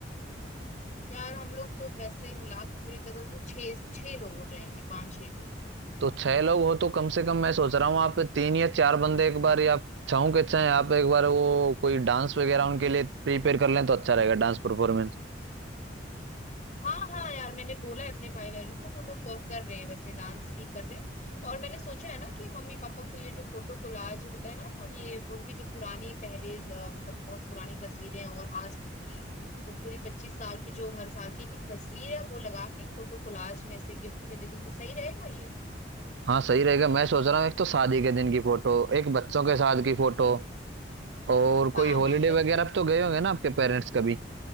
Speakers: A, on the left; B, on the right.
A: यार हम लोग तो वैसे मिला के पूरे कदम तो छह छह लोग हो जाएंगे पांच छह लोग
B: तो छह लोग हो तो कम से कम मैं सोच रहा हूँ आप तीन या चार बंदे एक बार या छहों के छह आप एक बार वो कोई डांस वगैरह उनके लिए प्रिपेयर कर लें तो अच्छा रहेगा डांस परफॉर्मेंस
A: हाँ हाँ यार मैंने बोला है अपने भाई बहनों को वो लोग अ, कर रहे हैं वैसे डांस भी कर रहे हैं और मैंने सोचा है ना कि मम्मी पापा को ये जो फोटो कोलाज होता है ना तो ये उनकी जो पुरानी पहले अ, मतलब बहुत पुरानी तस्वीरें और आज तक की तो पूरी पच्चीस साल की जो हर साल की एक एक तस्वीर है वो लगा के फोटो कोलाज में से गिफ्ट में दे दूं तो सही रहेगा ये
B: हाँ सही रहेगा मैं सोच रहा हूँ एक तो शादी के दिन की फोटो एक बच्चों के साथ की फोटो और
A: हाँ
B: कोई हॉलीडे
A: हाँ वही
B: वगैरह
A: वही
B: पे तो गए होंगे ना आपके पेरेंट्स कभी